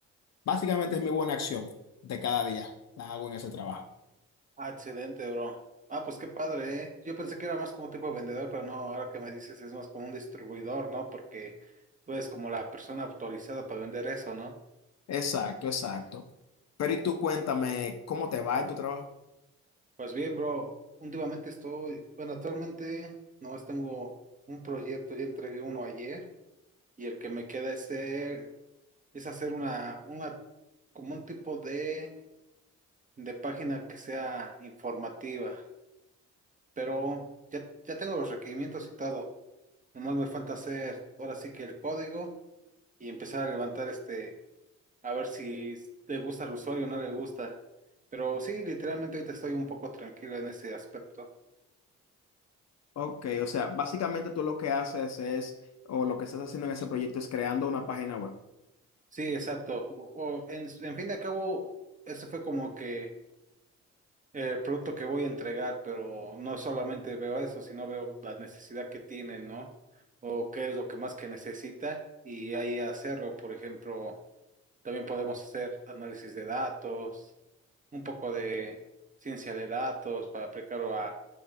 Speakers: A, on the left; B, on the right.
A: básicamente es mi buena acción de cada día, la hago en ese trabajo.
B: Ah, excelente, bro. Ah, pues qué padre, ¿eh? Yo pensé que era más como tipo de vendedor, pero no, ahora que me dices es más como un distribuidor, ¿no? Porque tú eres como la persona autorizada para vender eso, ¿no?
A: Exacto, exacto. Pero y tú cuéntame, ¿cómo te va en tu trabajo?
B: Pues bien, bro, últimamente estoy, bueno, actualmente nomás tengo un proyecto, ya entregué uno ayer y el que me queda es, ser- es hacer una, una, como un tipo de, de página que sea informativa, pero ya, ya tengo los requerimientos y todo. Nomás me falta hacer ahora sí que el código y empezar a levantar este, a ver si le gusta al usuario o no le gusta. Pero sí, literalmente ahorita estoy un poco tranquilo en ese aspecto.
A: Ok, o sea, básicamente tú lo que haces es, o lo que estás haciendo en ese proyecto es creando una página web.
B: Sí, exacto. O- o, en, en fin de acabo, ese fue como que el producto que voy a entregar, pero no solamente veo eso, sino veo la necesidad que tiene, ¿no? O qué es lo que más que necesita y ahí hacerlo. Por ejemplo, también podemos hacer análisis de datos un poco de ciencia de datos para aplicarlo a